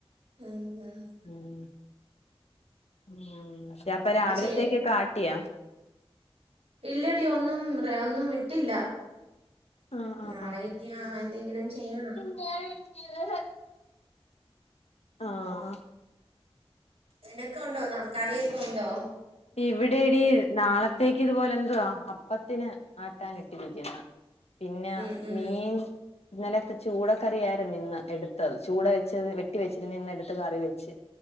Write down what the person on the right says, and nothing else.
ഉം ഉം
അപ്പൊ
ചേ
ഇല്ലടി ഒന്നും ഒന്നും ഇട്ടില്ല.
നാളെ
ഇനി എന്തെങ്കിലും ചെയ്യണോ?
നിനക്കൊണ്ടോ ന കറിയൊക്കെ ഉണ്ടോ?
ഉം ഉം